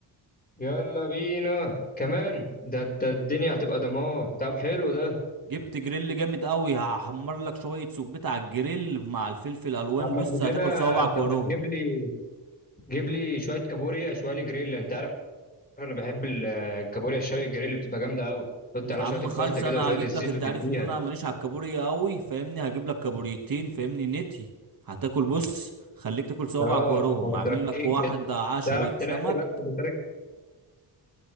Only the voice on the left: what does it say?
يلا بينا كمان ده ده الدنيا هتبقى دمار طب حلو ده
طب ما
تجيب
لنا
طب
ما تجيب لي جيب لي شوية كابوريا شوية جريل انت عارف انا بحب ال- الكابوريا الشوي الجريل بتبقى جامدة قوي حط
عليها
شوية الخلطة
كده
وشوية
الزيت
وتديها
اه
ما هو
تركين
كده
تعرف تنقي
بس بطريقة